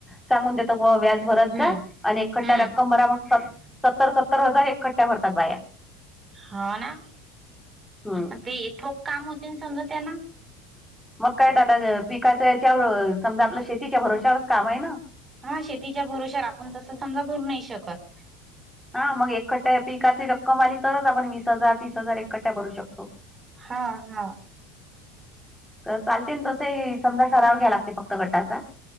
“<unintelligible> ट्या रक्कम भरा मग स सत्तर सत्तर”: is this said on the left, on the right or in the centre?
Centre